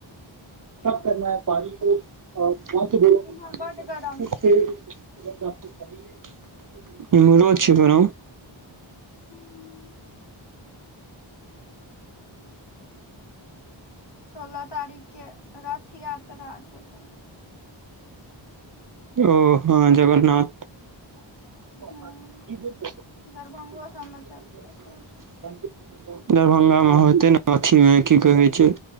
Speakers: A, on the right; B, on the left.
A: <unintelligible>
B: इम्हर बड्ड गरम छै
A: <inaudible> इम्हरो छै गरम <inaudible>
B: हूँ सोलह तारीख के रथ यात्रा छेलै
A: ओ हँ जगन्नाथ <inaudible>
B: हूं दरभंगो सबमे चलतै सौंसे
A: दरभंगामे होतै न अथीमे की कहै छै